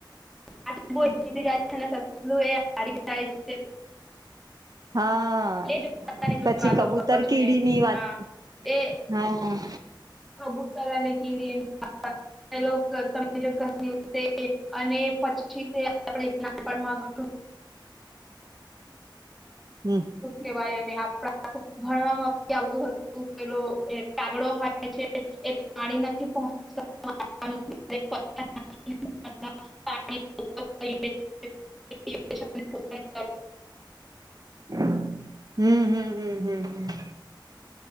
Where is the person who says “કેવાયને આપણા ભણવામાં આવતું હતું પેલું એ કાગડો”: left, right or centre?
Centre